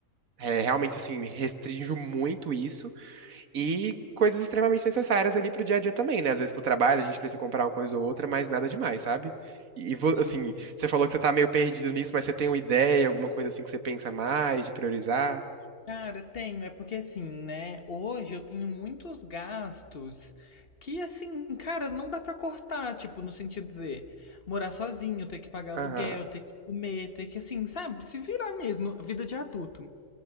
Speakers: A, on the right; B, on the left.
A: é, realmente, assim, restrinjo muito isso. E coisas extremamente necessárias ali pro dia a dia também, né? Às vezes pro trabalho a gente precisa comprar uma coisa ou outra, mas nada demais, sabe? E, e vo-
B: sim.
A: assim, você falou que você tá meio perdido nisso, mas você tem uma ideia, alguma coisa assim que você pensa mais, de priorizar?
B: Cara, tenho. É porque, assim, né? Hoje eu tenho muitos gastos que, assim, cara, não dá pra cortar. Tipo, no sentido de morar sozinho, ter que pagar
A: Aham,
B: aluguel, ter que comer, ter que, assim, sabe? Se virar mesmo. Vida de adulto.